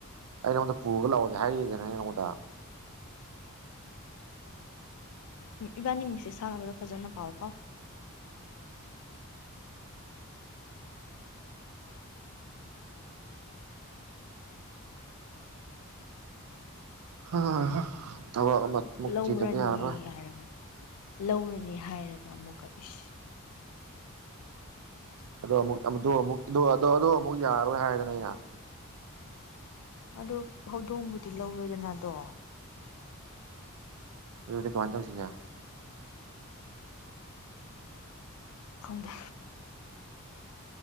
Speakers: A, on the right; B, on the left.
A: ꯑꯩ ꯅꯉꯣꯟꯗ ꯄꯨꯔꯒ ꯂꯥꯛꯑꯣꯗꯦ ꯍꯥꯏꯔꯤꯁꯤꯦꯅꯪ ꯑꯩꯉꯣꯟꯗ
B: ꯏꯕꯥꯅꯤ ꯃꯤꯃꯤꯡꯁꯦ ꯁꯥꯟꯅꯕꯗ ꯐꯖꯅ ꯄꯥꯎ ꯀꯣ
A: ꯍ ꯑꯕ ꯑꯃ ꯃꯨꯛꯇꯤꯗꯒꯦ
B: ꯂꯧꯔꯅꯤ
A: ꯌꯥꯔ
B: ꯍꯥꯏꯔꯒ ꯂꯧꯔꯅꯤ ꯍꯥꯏꯔꯒ ꯑꯃꯨꯛ ꯀꯛꯏꯁ
A: ꯑꯗꯣ ꯑꯃ ꯑꯃ ꯑꯗꯨ ꯑꯗꯨ ꯍ ꯌꯥꯔ ꯑꯣꯏ ꯍꯥꯏꯗꯅ ꯌꯥ
B: ꯑꯗꯨ ꯍꯧꯗꯣꯡꯕꯨꯗꯤ ꯂꯧꯔꯦꯗꯅꯗꯣ
A: ꯑꯗꯨ ꯗꯨꯀꯥꯟ ꯇꯧꯁꯤꯒ
B: ꯈꯪꯗꯦ